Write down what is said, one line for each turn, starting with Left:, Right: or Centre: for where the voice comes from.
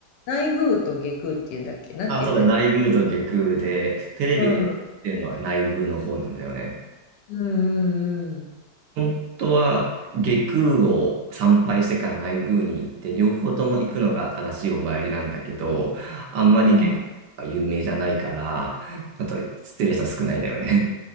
Left: 内宮と下宮っていうんだっけなんていうんだっけ
Right: あ、そうだよ、内宮と外宮で、テレビで言ってるのは内宮の方なんだよね。
Left: うん。うんうんうん。
Right: 本当は外宮を参拝してから内宮に行って、両方とも行くのが正しいお参りなんだけど、あんまり外宮が有名じゃないから、
Left: うん。
Right: あと知ってる人少ないんだよね。